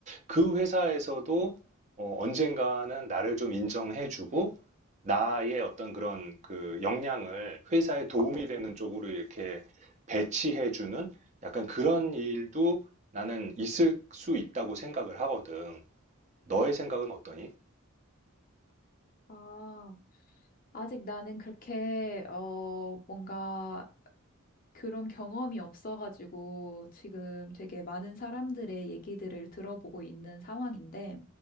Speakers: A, on the right; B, on the left.
A: 그 회사에서도 어, 언젠가는 나를 좀 인정해주고 나의 어떤 그런 그 역량을 회사에 도움이 되는 쪽으로 이렇게 배치해주는 약간 그런 일도 나는 있을 수 있다고 생각을 하거든. 너의 생각은 어떠니?
B: 아, 아직 나는 그렇게, 어, 뭔가 그런 경험이 없어가지고 지금 되게 많은 사람들의 얘기들을 들어보고 있는 상황인데,